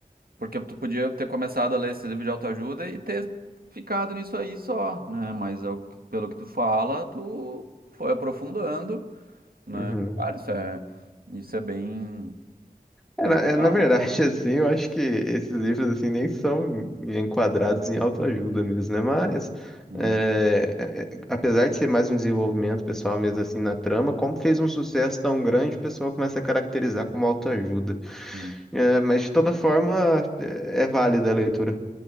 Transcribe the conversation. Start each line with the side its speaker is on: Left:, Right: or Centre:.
Right: Porque tu podia ter começado a ler esse livro de autoajuda e ter ficado nisso aí só, né? Mas é o que- pelo que tu fala, tu foi aprofundando, né?
Centre: Uhum.
Right: Cara, isso é, isso é bem,
Centre: É,
Right: bem
Centre: na, é,
Right: legal.
Centre: na verdade, <laughs> assim, eu acho que esses livros, assim, nem são enquadrados em autoajuda mesmo, né? Mas,
Right: Hum,
Centre: é, é, é, apesar de ser mais um desenvolvimento pessoal mesmo, assim, na trama, como fez um sucesso tão grande, o pessoal começa a caracterizar como autoajuda.
Right: sim.
Centre: É, mas, de toda forma, é, é válida a leitura.